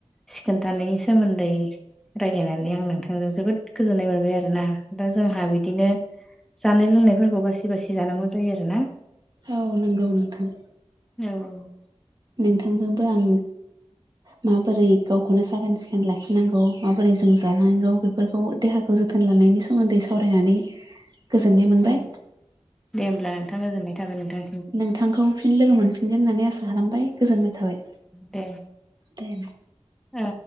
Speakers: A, in the centre; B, on the right (about 40°).
A: सिखोन थानायनि सोमोन्दै रायज्लायनानै आं नोंथांजों जोबोद गोजोननाय मोनबाय आरोना दा जोंहा बिदिनो जानाय लोंनायफोरखौ बासि बासि जानांगौ जायो आरो ना
B: औ नंगौ नोंथां
A: औ
B: नोंथांजोंबो आं माबोरै गावखौनो साखोन सिखोन लाखिनांगौ माबोरै जों जांनागौ बेफोरखौ देहाखौ जोथोन लानायनि सोमोन्दै सावरायनानै गोजोननाय मोनबाय
A: औ दे होमब्ला नोंथां गोजोननाय थाबाय नोंथांसिम
B: नोंथांखौ फिन लोगो मोनफिनगोन होननानै आसा खालामबाय गोजोननाय थाबाय
A: दे
B: दे
A: औ